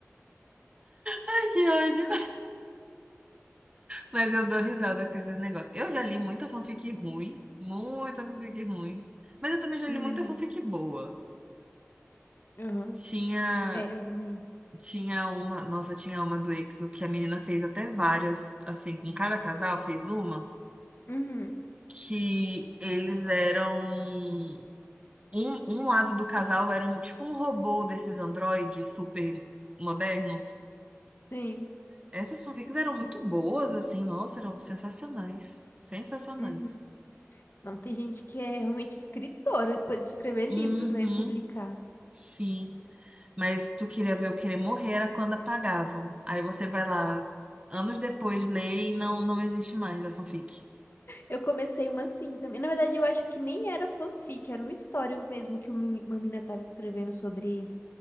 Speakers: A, on the right (about 25°); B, on the left (about 50°).
A: Ai, que ódio. Mas eu dou risada com esses negócios. Eu já li muita fanfic ruim, muita fanfic ruim, mas eu também já
B: Uhum,
A: li muita fanfic boa.
B: uhum.
A: Tinha.
B: É, eu também.
A: Tinha uma, nossa, tinha uma do EXO que a menina fez até várias, assim, com cada casal fez uma,
B: Uhum,
A: que eles eram, um, um lado do casal era um, tipo um robô desses androides super modernos.
B: sim.
A: Essas fanfics eram muito boas, assim, nossa, eram sensacionais, sensacionais.
B: Uhum. Não, tem gente que é realmente escritora, pode escrever livros,
A: Uhum,
B: né, e publicar.
A: sim. Mas tu queria ver eu querer morrer era quando apagavam. Aí você vai lá, anos depois, lê e não, não existe mais a fanfic.
B: Eu comecei uma assim também. Na verdade, eu acho que nem era fanfic, era uma história mesmo que uma uma menina estava escrevendo sobre